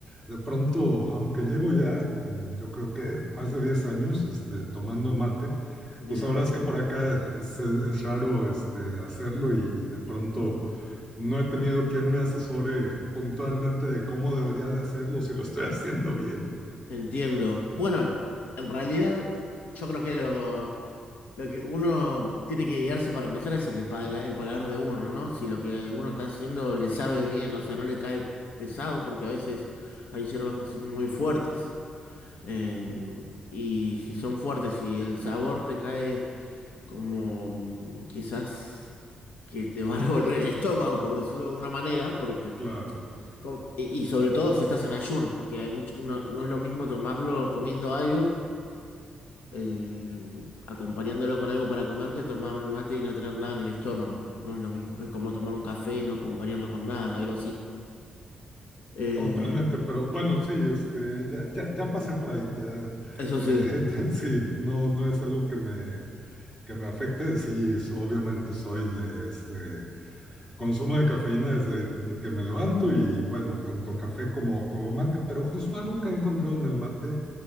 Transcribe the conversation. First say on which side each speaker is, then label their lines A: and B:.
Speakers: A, on the left; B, on the left.
A: de pronto, aunque llevo ya, mm, yo creo que más de 10 años este, tomando mate,
B: Bien,
A: pues ahora es que por acá es, es raro este, hacerlo y, y de pronto no he tenido quien me asesore puntualmente de cómo debería de hacerlo, si lo estoy <laughs> haciendo bien.
B: entiendo. Bueno, en realidad yo creo que lo, lo que uno tiene que guiarse para empezar es en el, pala- el paladar de uno, ¿no? Si lo que uno está haciendo le sabe bien, o sea, no le cae pesado porque a veces hay hierbas que son muy fuertes. Eh, y si son fuertes y el sabor te cae como mm, quizás que te va a <laughs> revolver el estómago, por decirlo de alguna manera, porque
A: Claro,
B: Com- Y, y sobre todo si estás en ayunas, porque hay mucho, no, no es lo mismo tomarlo comiendo algo, eh, acompañándolo con algo para comer, que tomar el mate y no tener nada en el estómago. No es lo mismo. Es como tomar un café y no acompañarlo con nada, algo así. Eh,
A: totalmente, pero bueno, sí, este, ya, ya, ya pasé por ahí, ya,
B: eso
A: eh,
B: sí,
A: <laughs> sí, no, no es algo que me, Que me afecte, sí, es- obviamente soy de este consumo de cafeína desde que me levanto y bueno, tanto café como, como mate, pero justo algo que he encontrado en el mate,